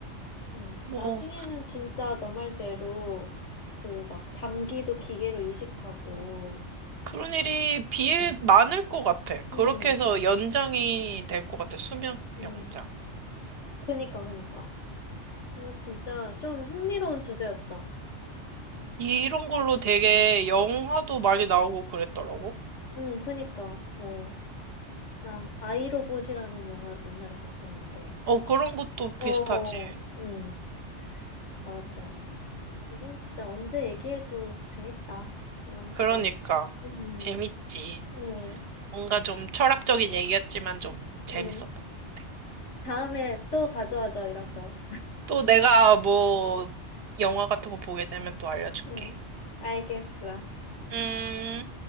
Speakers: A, on the left; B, on the right.
A: 음.
B: 뭐
A: 나중에는 진짜 너 말대로 그 막 장기도 기계로 이식하고.
B: 그런 일이 비일
A: 음.
B: 많을 것 같아. 그렇게
A: 음.
B: 해서 연장이 될 것 같아. 수명
A: 음.
B: 연장.
A: 그니까, 그니까. 이거 진짜 좀 흥미로운 주제였다.
B: 이런 걸로 되게
A: 음.
B: 영화도 많이 나오고 그랬더라고.
A: 음 그니까, 뭐. 난 아이로봇이라는 영화 옛날에 봤었는데.
B: 어, 그런 것도
A: 어,
B: 비슷하지.
A: 응, 맞아. 이건 진짜 언제 얘기해도 재밌다. 이런 주제는.
B: 그러니까
A: 음,
B: 재밌지.
A: 음,
B: 뭔가 좀 철학적인 얘기였지만 좀 재밌었던
A: 음.
B: 것 같아.
A: 다음에 또 가져와줘, 이런 거.
B: 또 내가 뭐 영화 같은 거 보게 되면 또 알려줄게.
A: 음, 알겠어.
B: 음.